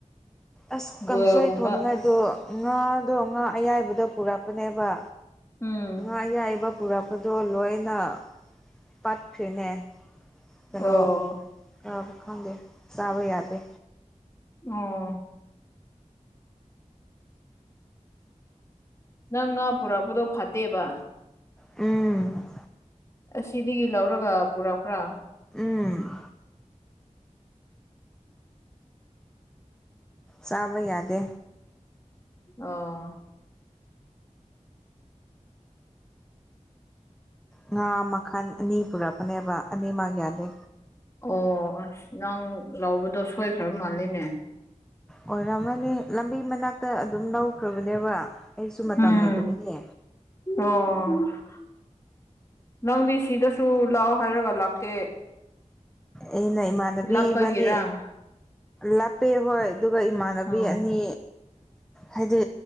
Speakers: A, in the centre; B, on the left (about 25°).
A: ꯑꯁ ꯀꯥꯡꯁꯣꯏ
B: ꯕꯣꯏꯜꯒꯨꯝꯕ
A: ꯊꯣꯡꯅꯤꯡꯉꯥꯏꯗꯣ ꯉꯥꯗꯣ ꯉꯥ ꯑꯌꯥꯏꯕꯗꯣ ꯄꯨꯔꯛꯄꯥꯅꯦꯕ
B: ꯎꯝ
A: ꯉꯥ ꯑꯌꯥꯏꯕ ꯄꯨꯔꯛꯄꯥꯗꯣ ꯂꯣꯏꯅ ꯄꯠꯈ꯭ꯔꯦꯅꯦ ꯀꯩꯅꯣ
B: ꯑꯣ
A: ꯉꯥꯕꯨ ꯈꯪꯗꯦ ꯆꯥꯕ ꯌꯥꯗꯦ
B: ꯑꯣ ꯅꯪ ꯉꯥ ꯄꯨꯔꯛꯄꯥꯗꯣ ꯐꯠꯇꯦꯕ
A: ꯎꯝ
B: ꯑꯁꯤꯗꯒꯤ ꯂꯧꯔꯒꯥ ꯄꯨꯔꯛꯄ꯭ꯔꯥ
A: ꯎꯝ ꯆꯥꯕ ꯌꯥꯗꯦ
B: ꯑꯣ
A: ꯉꯥ ꯃꯈꯟ ꯑꯅꯤ ꯄꯨꯔꯛꯄꯅꯦꯕ ꯑꯅꯤꯃꯛ ꯌꯥꯗꯦ
B: ꯑꯣ ꯑꯁ ꯅꯪ ꯂꯧꯕꯗꯣ ꯁꯣꯏꯈ꯭ꯔ ꯃꯥꯜꯂꯦꯅꯦ
A: ꯑꯣꯏꯔꯝꯃꯅꯤ ꯂꯝꯕꯤ ꯃꯅꯥꯛꯇ ꯑꯗꯨꯝ ꯂꯧꯈ꯭ꯔꯕꯅꯦꯕ ꯑꯩꯁꯨ ꯃꯇꯝ
B: ꯎꯝ
A: ꯂꯩꯇꯕꯒꯤ
B: ꯑꯣ ꯅꯪꯗꯤ ꯁꯤꯗꯁꯨ ꯂꯥꯛꯑꯣ ꯍꯥꯏꯔꯒ ꯂꯥꯛꯇꯦ
A: ꯑꯩꯅ ꯏꯃꯥꯟꯅꯕꯤ
B: ꯂꯥꯞꯄꯒꯤꯔꯥ
A: ꯏꯕꯥꯅꯤ ꯂꯥꯞꯄꯦ ꯍꯣꯏ ꯑꯗꯨꯒ ꯏꯃꯥꯟꯅꯕꯤ
B: ꯑꯣ
A: ꯑꯅꯤ ꯍꯥꯏꯗꯤ